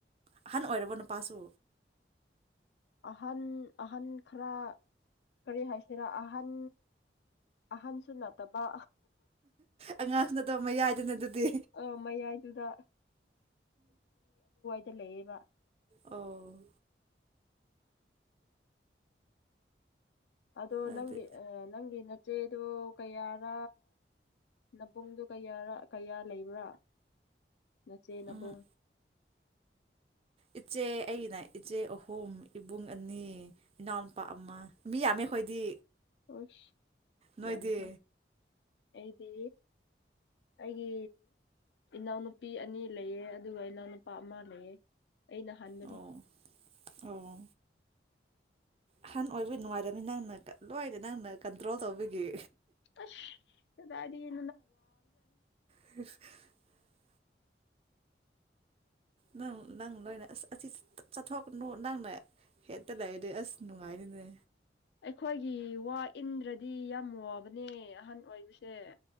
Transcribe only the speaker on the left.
ꯑꯍꯟ ꯑꯍꯟ ꯈꯔ ꯀꯔꯤ ꯍꯥꯏꯁꯤꯔ ꯑꯍꯟ ꯑꯍꯟꯁꯨ ꯅꯠꯇꯕ
ꯑꯥ ꯃꯌꯥꯏꯗꯨꯗ ꯇ ꯂꯩꯌꯦꯕ
ꯑꯗꯣ
ꯅꯪꯒꯤ ꯑ ꯅꯪꯒꯤ ꯆꯦꯗꯣ ꯀꯌꯥꯔꯥ ꯅꯕꯨꯡꯗꯨ ꯀꯌꯥꯔ ꯀꯌꯥ ꯂꯩꯕ꯭ꯔꯥ ꯅꯆꯦ ꯅꯕꯨꯡ
ꯍꯁ
ꯌꯥꯃꯤꯍꯦ ꯑꯩꯗꯤ ꯑꯩꯒꯤ ꯏꯅꯥꯎꯅꯨꯄꯤ ꯑꯅꯤ ꯂꯩꯑ ꯑꯗꯨꯒ ꯏꯅꯥꯎꯅꯨꯄꯥ ꯑꯃ ꯂꯩꯑ ꯑꯩꯅ ꯍꯥꯟꯕꯅꯦ
ꯑꯁ ꯀꯗꯥꯏꯗꯩ
ꯑꯩꯈꯣꯏꯒꯤ ꯋꯥ ꯏꯟꯗ꯭ꯔꯗꯤ ꯌꯥꯝ ꯋꯥꯕꯅꯦ ꯑꯍꯟ ꯑꯣꯏꯕꯁꯦ